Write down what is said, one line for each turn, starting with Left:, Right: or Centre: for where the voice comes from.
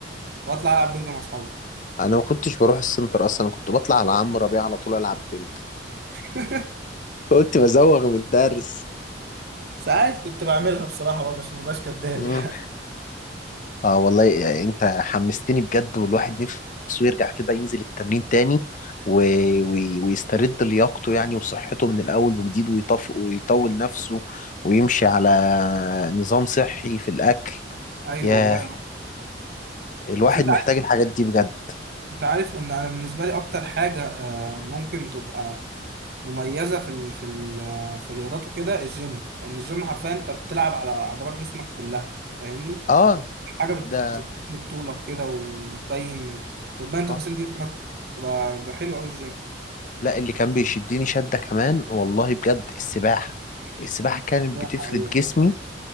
Right: واطلع العب بينج مع اصحابي
Left: انا ما كنتش بروح السنتر اصلا انا كنت بطلع على عمرو ربيع على طول العب بينج
Right: <laughs>
Left: <laughs> قلت بزوغ من الدرس
Right: ساعات كنت بعملها بصراحة برضه عشان مبقاش كداب
Left: مم.
Right: يعني
Left: اه والله يعني انت حمستني بجد والواحد نفسه يرجع كده ينزل التمرين تاني و... و... ويسترد لياقته يعني وصحته من الاول وجديد ويطف ويطول نفسه ويمشي على نظام صحي في الاكل
Right: <laughs> ايوه
Left: يا
Right: والله
Left: الواحد
Right: بس انت
Left: محتاج
Right: عارف
Left: الحاجات دي بجد
Right: انت عارف ان انا بالنسبه لي اكتر حاجه آه، ممكن تبقى مميزه في ال... في ال... آه، في الرياضات وكده الجيم يعني الجيم حرفيا انت بتلعب على عضلات جسمك كلها فاهمني
Left: اه
Right: حاجه بت-
Left: ده
Right: بت- بتمد طولك كده وتبين وتبين تفاصيل
Left: اه
Right: جسمك تبقى بيبقى حلو قوي الجيم
Left: لا اللي كان بيشدني شدة كمان والله بجد السباحة السباحة كانت
Right: لا،
Left: بتفرد
Right: ايوه
Left: جسمي
Right: طبعا.